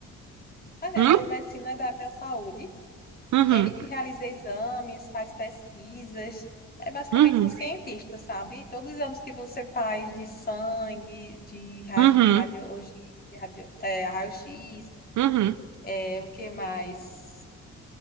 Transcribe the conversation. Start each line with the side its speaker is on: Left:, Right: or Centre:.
Left: é,
Right: Hum?
Left: biomedicina é da área da saúde,
Right: Uhum,
Left: Ele que realiza exames, faz pesquisas, é basicamente
Right: uhum,
Left: um cientista, sabe? Todos os exames que você faz de sangue, de ra-
Right: uhum,
Left: radiologia, radio- é, raio-x,
Right: uhum,
Left: é, o que mais?